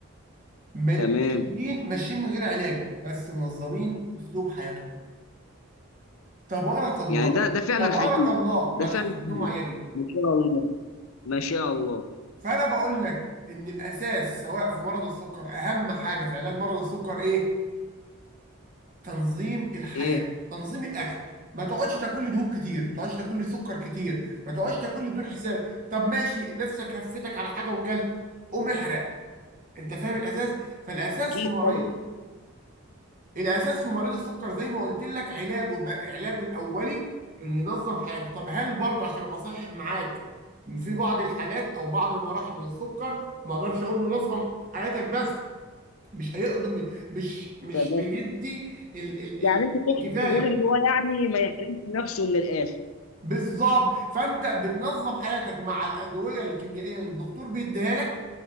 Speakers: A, on the right (about 40°); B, on the left (about 75°).
A: م-
B: تمام
A: ماشيين ماشيين من غير علاج بس منظمين اسلوب حياتهم تبارك الله
B: يعني ده ده فعلا
A: تبارك
B: حقيقي
A: الله
B: ده
A: ما تحسش
B: فعلا حقيقي
A: انهم عيانين
B: ما شاء الله ما شاء الله
A: فانا بقول لك ان الاساس سواء في مرض السكر اهم حاجه في علاج مرض السكر ايه تنظيم الحياه
B: ايه
A: تنظيم الاكل ما تقعدش تاكل لي دهون كتير ما تقعدش تاكل لي سكر كتير ما تقعدش تاكل لي بدون حساب طب ماشي نفسك هفتك على حاجه وكلت قوم احرق انت فاهم الاساس فالاساس
B: اكيد
A: في مريض
B: طبعا
A: الاساس في مريض السكر زي ما قلت لك علاجه بقى- علاجه الاولي انه ينظم حياته طب هل برضه عشان ابقى صحيح معاك في بعض الحالات او بعض المراحل من السكر ما اقدرش اقول له نظم حياتك بس مش هيقدر مش مش
B: تمام
A: هيدي ال ال
B: يعني
A: ال
B: انت تقصد
A: الكفايه
B: تقول ان هو يعني ما يحرمش نفسه من الاخر
A: بالظبط فانت بتنظم حياتك مع الادويه الكيميائيه اللي الدكتور بيديها لك